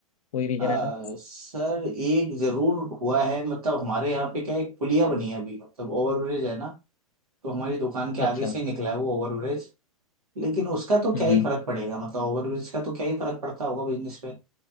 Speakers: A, on the left; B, on the right.
A: कोई रीजन
B: अ,
A: ऐसा
B: सर एक जरूर हुआ है मतलब हमारे यहाँ पे क्या है, एक पुलिया बनी है अभी मतलब ओवरब्रिज है ना तो हमारी दुकान के
A: अच्छा
B: आगे से ही निकला है वो ओवरब्रिज लेकिन उसका तो
A: हम्म
B: क्या ही
A: हम्म
B: फर्क पड़ेगा मतलब ओवरब्रिज का तो क्या ही फर्क पड़ता होगा बिजनेस पे